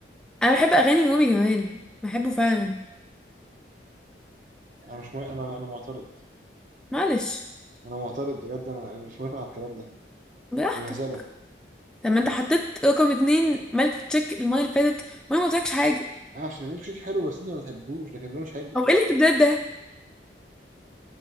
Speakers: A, in the centre; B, on the right (about 45°).
A: انا بحب اغاني رامي جمال بحبه فعلا
B: أنا مش موافق أنا أنا معترض
A: معلش
B: أنا معترض بجد أنا أنا مش موافق على الكلام ده
A: براحتك
B: دي مهزلة
A: طب ما انت حطيت رقم اتنين ملك تشيك المره اللي فاتت وانا ما قلتلكش حاجه
B: أه عشان ميلك شيك حلو بس أنت ما بتحبوش لكن ده مش حلو
A: هو ايه الاستبداد ده